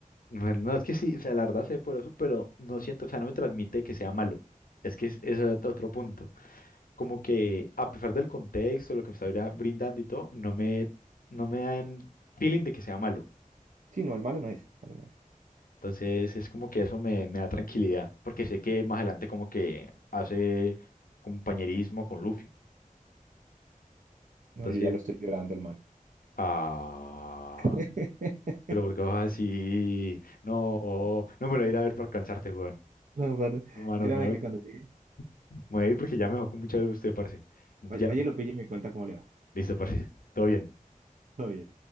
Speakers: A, on the left; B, on the right.
A: No, no, es que sí, o sea, la verdad sé por eso, pero no siento, o sea, no me transmite que sea malo. Es que es, es ot- otro punto. Como que a pesar del contexto, lo que me está bra- brindando y todo, no me, no me dan feeling de que sea malo.
B: Sí, no, el malo no es. malo no es.
A: Entonces es como que eso me, me da tranquilidad, porque sé que más adelante como que hace compañerismo con Luffy.
B: No,
A: Entonces,
B: yo ya lo estoy llorando al mal.
A: ah,
B: <laughs>
A: pero porque vas así, no, no me lo voy a ir a ver para alcanzarte, weón.
B: No, padre,
A: Mano,
B: Créame
A: mano,
B: que cuando llegue,
A: me voy a ir porque ya me dejó con mucha de usted, parce. Ya,
B: vaya, vaya y lo pille y me cuenta cómo le va.
A: listo, parce. <laughs> Todo bien.
B: Todo bien.